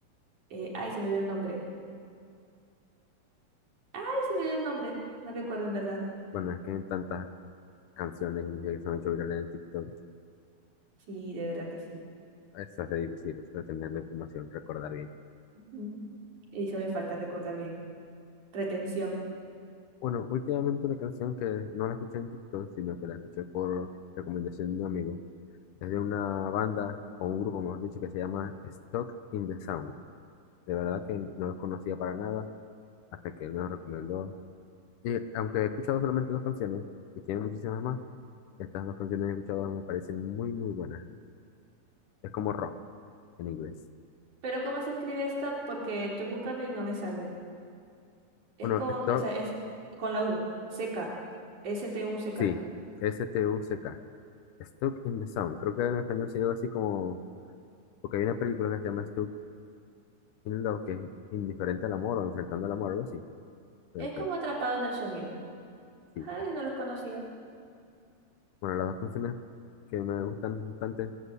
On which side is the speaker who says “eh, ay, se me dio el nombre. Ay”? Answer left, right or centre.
Right